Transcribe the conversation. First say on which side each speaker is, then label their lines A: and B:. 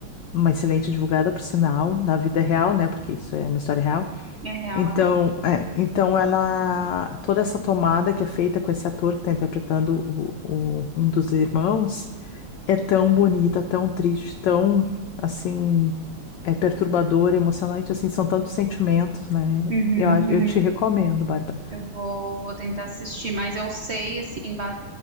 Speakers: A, on the left; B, on the right.
A: uma excelente advogada, por sinal, na vida real, né? Porque isso é uma história real.
B: É real,
A: Então,
B: é.
A: é, então ela, toda essa tomada que é feita com esse ator que está interpretando o, o- um dos irmãos é tão bonita, tão triste, tão assim, é perturbadora, emocionante, assim, são tantos sentimentos, né?
B: Uhum.
A: Eu, a- eu
B: Uhum.
A: te recomendo, Bárbara.
B: Eu vou, vou tentar assistir, mas eu sei, assim, ba-